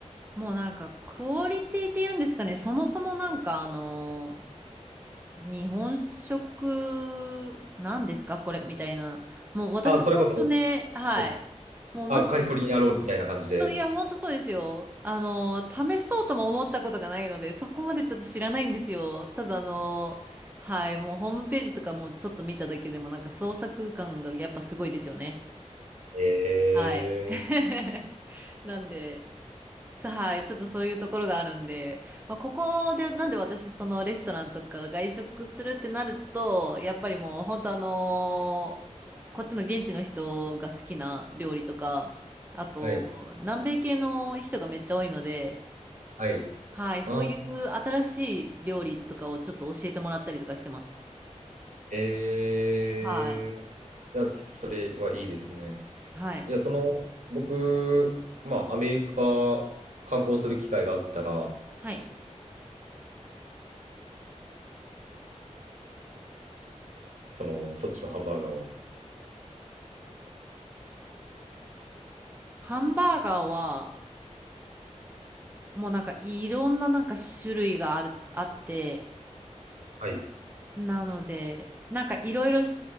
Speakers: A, on the right; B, on the right.
A: もうなんか、クオリティって言うんですかね。そもそもなんか、あのー日本食、なんですかこれみたいな。もう私も本当ね、
B: あ、それこそ、
A: はい。
B: はい
A: もうまず、
B: あ、カリフォルニアロールみたいな感じで。
A: そう、いや、ほんとそうですよ。あの、試そうとも思ったことがないので、そこまでちょっと知らないんですよ。ただ、あの、はい、もうホームページとかもちょっと見ただけでも、なんか創作感がやっぱすごいですよね。
B: え
A: はい。<laughs> なんで、さはい、ちょっとそういうところがあるんで、まあ、ここでなんで私そのレストランとか外食するってなるとやっぱりもう本当あのーこっちの現地の人が好きな料理とかあと南米系の人がめっちゃ多いので、
B: ー、はい、はい。
A: はい、そういう新しい料理とかをちょっと教えてもらったりとかしてます。
B: あ、え
A: はい。
B: ー、いや、ちょっとそれはいいですね。
A: はい。
B: いや、その、僕、まあ、アメリカ観光する機会があったら、
A: はい。
B: その、そっちのハンバーガーは。
A: ハンバーガーはもうなんかいろんななんか種類がある、あって
B: はい、
A: なので、なんかいろいろ試